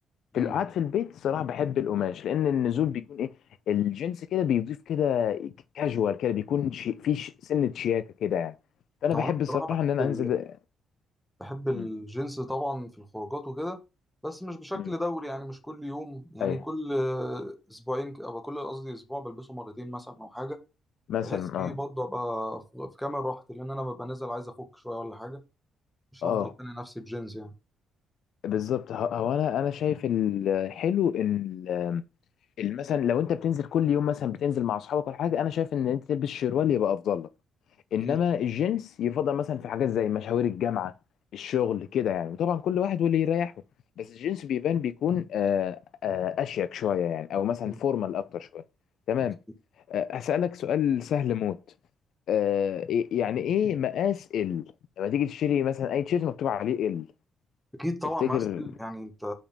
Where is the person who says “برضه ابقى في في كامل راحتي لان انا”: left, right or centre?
Centre